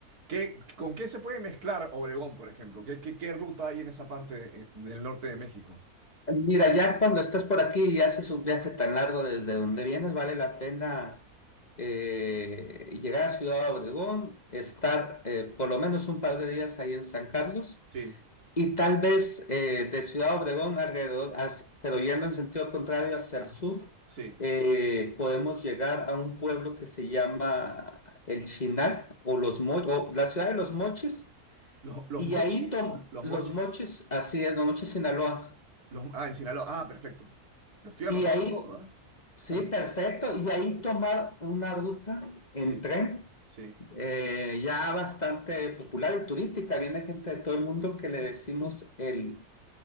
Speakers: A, on the right; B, on the left.
A: ¿Qué, con qué se puede mezclar Obregón, por ejemplo? ¿Qué, qué, qué ruta hay en esa parte eh, del norte de México?
B: Mira, ya cuando estás por aquí y haces un viaje tan largo desde donde vienes, vale la pena eh, llegar a Ciudad Obregón, estar eh, por lo menos un par de días ahí en San Carlos
A: Sí,
B: y tal vez eh, de Ciudad Obregón alrededor, as- pero yendo en sentido contrario hacia
A: ajá,
B: el sur,
A: sí.
B: eh, podemos llegar a un pueblo que se llama El Chinal o, los Mo- o la ciudad de los Mochis
A: ¿Los, los
B: y
A: mochis?
B: ahí tom-
A: ¿Los
B: los
A: mochis?
B: Mochis, así es, los Mochis Sinaloa.
A: Los, ah, en Sinaloa. Ah, perfecto. Lo estoy anotando
B: Y ahí
A: todo, ¿ah?
B: Sí,
A: <laughs>
B: perfecto. Y ahí tomar una ruta en
A: Sí,
B: tren
A: sí.
B: eh, ya bastante popular y turística. Viene gente de todo el mundo que le decimos el,